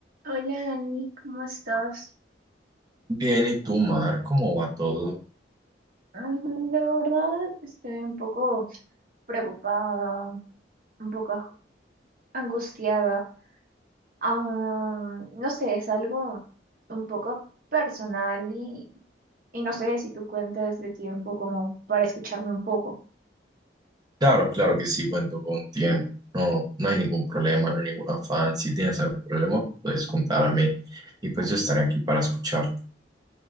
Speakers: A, on the right; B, on the right.
A: Hola Dani, ¿cómo estás?
B: Bien, ¿y tú, Mar? ¿Cómo va todo?
A: Mm, La verdad estoy un poco preocupada, un poco aj- angustiada. Ah, no sé, es algo un poco personal y, y no sé si tú cuentas de tiempo como para escucharme un poco.
B: Claro, claro que sí, cuento con tiempo. No, no hay ningún problema, no hay ningún afán. Si tienes algún problema, puedes contarme y pues yo estaré aquí para escucharte.